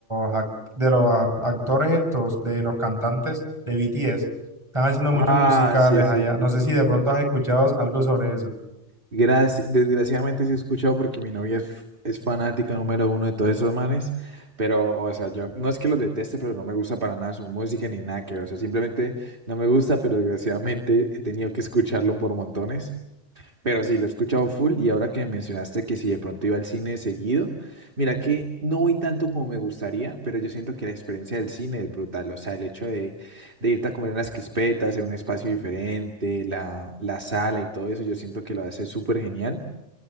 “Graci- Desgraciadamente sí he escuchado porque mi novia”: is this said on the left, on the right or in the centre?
Right